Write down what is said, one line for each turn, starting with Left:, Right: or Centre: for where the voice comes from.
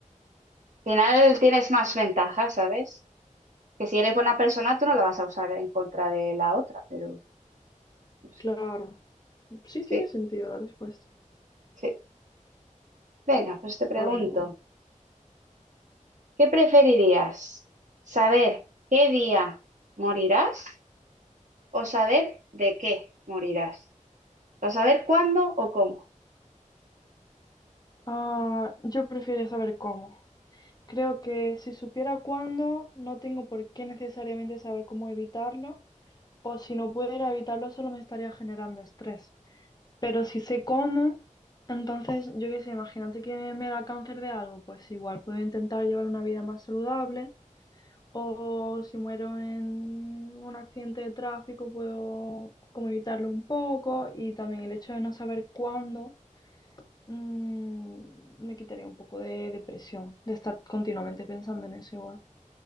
Right: Al final tienes más ventajas, ¿sabes? Que si eres buena persona, tú no la vas a usar en contra de la otra, pero no sé.
Left: claro. Sí
Right: sí,
Left: tiene sentido la respuesta.
Right: sí. Venga, pues te pregunto,
Left: Pues,
Right: ¿qué preferirías? ¿Saber qué día morirás o saber de qué morirás? ¿O saber cuándo o cómo?
Left: ah, yo preferiría saber cómo. Creo que si supiera cuándo, no tengo por qué necesariamente saber cómo evitarlo, o si no pudiera evitarlo, solo me estaría generando estrés. Pero si sé cómo, entonces yo qué sé, imagínate que me da cáncer de algo, pues igual puedo intentar llevar una vida más saludable o si muero en un accidente de tráfico puedo como evitarlo un poco y también el hecho de no saber cuándo mm, me quitaría un poco de depresión, de estar continuamente pensando en eso igual. <laughs>